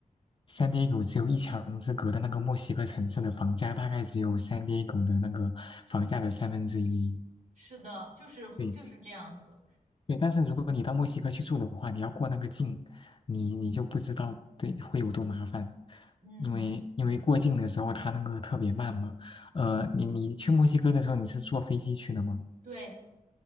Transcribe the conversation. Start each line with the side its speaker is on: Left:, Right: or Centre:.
Left: San Diego 只有一墙之隔的那个墨西哥城市的房价大概只有 San Diego 的那个房价的三分之一。
Right: 是的，就是会就是这样子。
Left: 对对，但是如果你到墨西哥去住的话，你要过那个境，你你就不知道对会有多麻烦，
Right: 嗯，
Left: 因为因为过境的时候它那个特别慢嘛。呃，你你去墨西哥的时候你是坐飞机去的吗？
Right: 对，